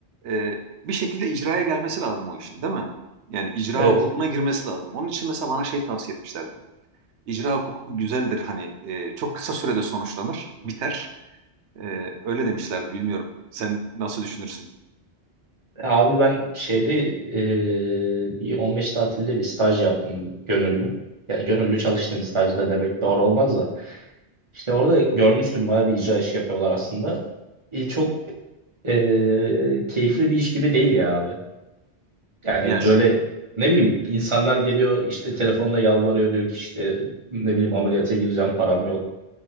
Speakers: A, on the right; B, on the right.
A: e, bir şekilde icraya gelmesi lazım o işin değil mi? Yani icra
B: Evet.
A: hukukuna girmesi lazım. Onun için mesela bana şey tavsiye etmişlerdi. İcra hukuku güzeldir hani e, çok kısa sürede sonuçlanır, biter. E, öyle demişlerdi bilmiyorum. Sen nasıl düşünürsün?
B: Abi ben şeyde e, bir 15 tatilde bir staj yaptım gönüllü. Ya gönüllü çalıştım stajda demek doğru olmaz da. İşte orada görmüştüm bayağı bir icra işi yapıyorlar aslında. E, çok Ee, keyifli bir iş gibi değil ya abi. Yani
A: Ya şu,
B: böyle ne bileyim insanlar geliyor işte telefonda yalvarıyor diyor ki işte ne bileyim ameliyata gireceğim param yok